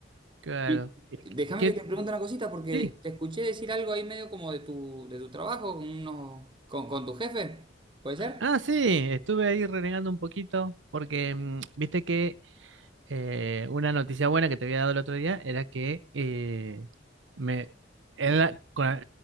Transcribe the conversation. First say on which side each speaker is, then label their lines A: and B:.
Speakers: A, on the right; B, on the right.
A: Claro.
B: Y
A: ¿Y,
B: déjame
A: y qué?
B: que te pregunte una cosita, porque
A: Sí.
B: te escuché decir algo ahí medio como de tu, de tu trabajo, con, unos- con, con tu jefe, ¿puede ser?
A: Ah, sí, estuve ahí renegando un poquito porque, mm, viste que eh, una noticia buena que te había dado el otro día era que eh, me, él la- con- la-